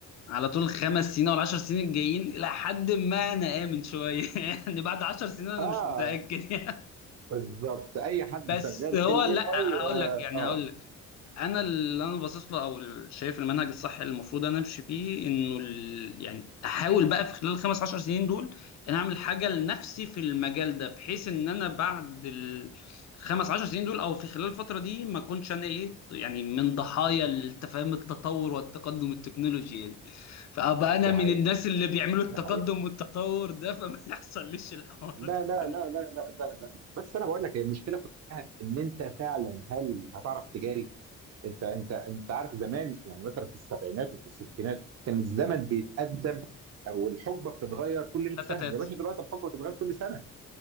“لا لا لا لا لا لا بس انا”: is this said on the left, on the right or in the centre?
Right